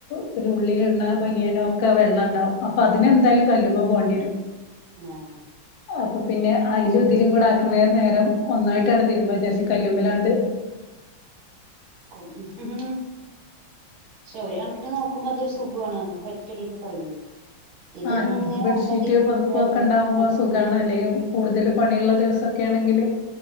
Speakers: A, on the left; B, on the right.
A: പിന്നെ ഉള്ളിലിട്ണ ബനിയനോക്കെ വെള്ളണ്ടാവും അപ്പൊ അതിനെന്തായാലും കല്ലുമ്മേ പോണ്ടിയരും
B: ആഹ്
A: അപ്പൊ പിന്നെ അയ്ലും ഇതിലും കൂടെ ആക്കുന്ന നേരം ഒന്നായിട്ടാണ് തിരുമ്പാചാരിച്ച കല്ലുമ്മലാണ്ട്
B: <unintelligible> പക്ഷെ ഒരു കണക്കിന് നോക്കുമ്പോ അതൊരു സുഖോണ് നമുക്ക് ഒറ്റടിക്ക് കഴിയും ഇത്ങ്ങനെ
A: ആഹ് നമുക്ക് ബെഡ്ഷീറ്റ്
B: വെള്ളം തിരിച്ചിട്ട
A: പുതപ്പൊക്കെ
B: യ്മക്കന്നെ
A: ഉണ്ടാവുമ്പോ സുഖാണ് അല്ലെങ്കിൽ കൂടുതൽ പണിയുള്ള ദിവസൊക്കെണെങ്കില്